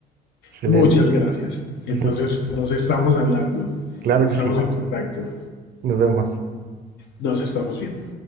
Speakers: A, on the right; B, on the left.
A: Excelente.
B: Muchas gracias. Entonces,
A: <laughs>
B: nos estamos hablando,
A: Claro
B: estamos
A: que sí.
B: en contacto,
A: Nos vemos.
B: nos estamos viendo.